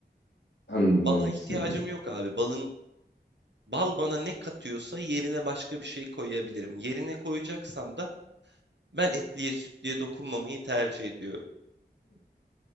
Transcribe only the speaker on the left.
Anladım
demek
istediğini.